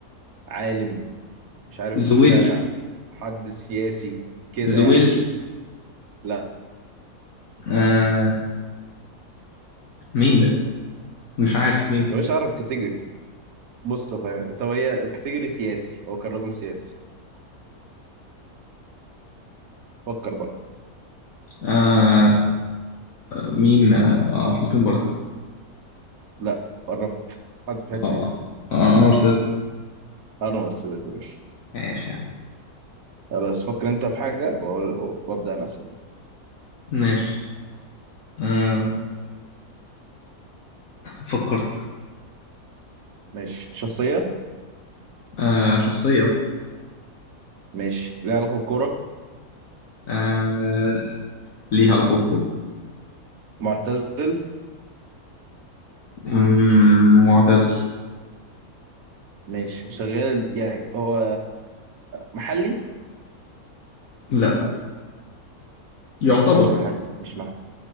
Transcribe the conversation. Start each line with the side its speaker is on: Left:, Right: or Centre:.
Right: عالم مش عارف
Left: زويل
Right: مخترع حد سياسي كده
Left: زويل
Right: يعني لا
Left: آه مين ده مش عارف مين
Right: يا باشا اعرف كاتيجوري بص فاهم طب هي كاتيجوري سياسي هو كان راجل سياسي فكر بقى
Left: امم مين آه آه، حسني مبارك
Right: لا قربت حد في الحته
Left: اه
Right: دي
Left: آه، انور السادات
Right: انا ما وصلتوش
Left: ماشي يا عم
Right: خلاص فكر انت في حاجه وأقول- وابدا انا اسال
Left: ماشي آه فكرت
Right: ماشي شخصية
Left: آه شخصية
Right: ماشي ليها علاقة بالكورة
Left: آه ليها علاقة بالكورة
Right: معتزل
Left: مم، معتزل
Right: ماشي شغال يعني هو محلي
Left: لا يعتبر
Right: مش محلي مش محلي